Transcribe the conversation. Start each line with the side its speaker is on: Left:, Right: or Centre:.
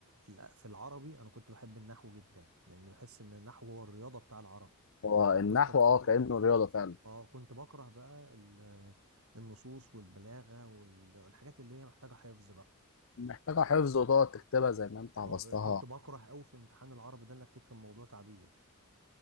Right: ال- في العربي انا كنت بحب النحو جدا لان بحس ان النحو هو الرياضه بتاع العرب
Left: هو النحو
Right: كنت ب...
Left: اه كانه رياضه فعلا
Right: اه كنت بكره بقى ال- النصوص والبلاغه وال- والحاجات اللي هي محتاجه حفظ بقى
Left: محتاجة حفظ وتقعد تكتبها زي ما انت
Right: آه،
Left: حفظتها
Right: كنت بكره قوي في امتحان العربي ده انك تكتب موضوع تعبير